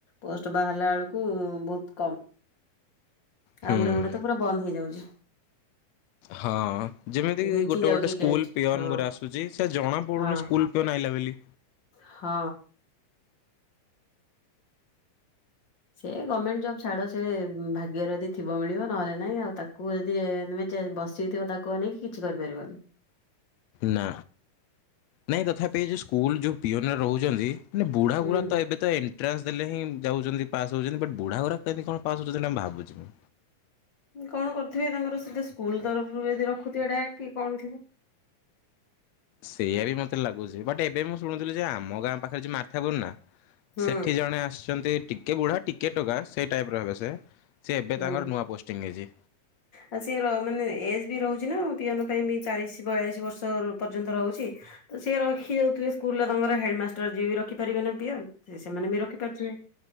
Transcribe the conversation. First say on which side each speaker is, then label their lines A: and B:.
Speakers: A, on the left (about 30°); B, on the left (about 80°).
A: ପୋଷ୍ଟ ବାହାରିଲା ବେଳକୁ ବହୁତ୍ କମ୍
B: ହୁଁ।
A: ଆଉ ଗୁଡେ ଗୁଡେ ତ ପୁରା ବନ୍ଦ ହେଇଯାଉଛି।
B: ହଁ ଯେମିତିକି
A: ଘୁଞ୍ଚି
B: ଗୋଟେ
A: ଯାଉଛି
B: ଗୋଟେ ସ୍କୁଲ୍
A: ଡେଟ
B: ପିଅନ୍
A: ହଁ
B: ଗୁରା ଆସୁଚି ସେ ଜଣା ପଡୁନି
A: ହଁ
B: ସ୍କୁଲ୍ ପିଅନ ଆଇଲା ବୋଲି।
A: ହଁ। ସେ ଗମେଣ୍ଟ ଜବ୍ ଛାଡ ସେ ଉଁ ଭାଗ୍ୟରେ ଯଦି ଥିବ ମିଳିବ ନହେଲେ ନାଇଁ ଆଉ ତାକୁ ଯଦି ଏମି ଚାହି ବସିଥିବ ତାକୁ ଅନେଇ କି କିଛି କରିପାରିବନି।
B: ନା ନାଇଁ ତଥାପି ଏ ଯଉ ସ୍କୁଲ ଯଉ ପିଅନ ରହୁଚନ୍ତି। ମାନେ ବୁଢା
A: ହୁଁ।
B: ଗୁଡା ତ ଏବେ ତ ଏନ ଏନଟ୍ରାନସ୍ ଦେଲେ ହିଁ ଯାଉଛନ୍ତି ପାସ୍ ହଉଚନ୍ତି ବଟ୍ ବୁଢା ଗୁରା କେମିତି କଣ ପାସ୍ ହଉଛନ୍ତି? ସେଇଟା ଭାବୁଚି ମୁଁ।
A: କଣ କରୁଥିବେ ତାଙ୍କର ସେଠି ସ୍କୁଲ୍ ତରଫରୁ ଯଦି ରଖୁଥିବେ ଡାଇରେକ୍ଟ କି କଣ ଥିବ। <inaudible>
B: ସେଇଆ ବି ମୋତେ ଲାଗୁଛି, ବଟ୍ ଏବେ ମୁଁ ଶୁଣୁଥିଲି ଯେ ଆମ ଗାଁ ପାଖରେ ଯଉ ମାର୍ଥାପୁର ନା
A: ହୁଁ
B: ସେଠି ଜଣେ ଆସୁଛନ୍ତି ଟିକେ ବୁଢା, ଟିକେ ଟୋକା, ସେଇ ଟାଇପ୍ ର ହେବେ ସେ ଏବେ
A: ହୁଁ
B: ତାଙ୍କର ନୂଆ ପୋଷ୍ଟିଂ ହେଇଛି
A: ଆଉ ସିଏ ମାନେ ଏଜ୍ ବି ରହୁଚି ନା। ପିଅନ ପାଇଁ ବି ଚାଳିଶ ବୟାଳିଶ ବର୍ଷ ପର୍ଯ୍ୟନ୍ତ ରହୁଚି, ତ ସିଏ ରଖି ଦଉଥିବେ ସ୍କୁଲ୍ ର ତାଙ୍କର ହେଡ୍ ମାଷ୍ଟର ଯିଏ ବି ରଖି ପାରିବେ ନା ପିଅନ୍। ସେମାନେ ବି ରଖିପାରୁଥିବେ,